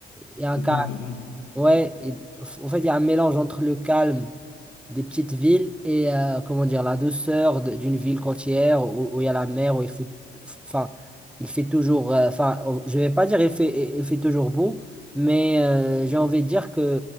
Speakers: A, in the centre; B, on the left (about 80°).
A: il y a un
B: C'est bien, c'est bien.
A: Ouais, et f- en fait, il y a un mélange entre le calme des petites villes et euh, comment dire la douceur de- d'une ville côtière où où il y a la mer, où il faut, enfin, il fait toujours, euh, enfin, on- je vais pas dire il fait, il il fait toujours beau, mais euh, j'ai envie de dire que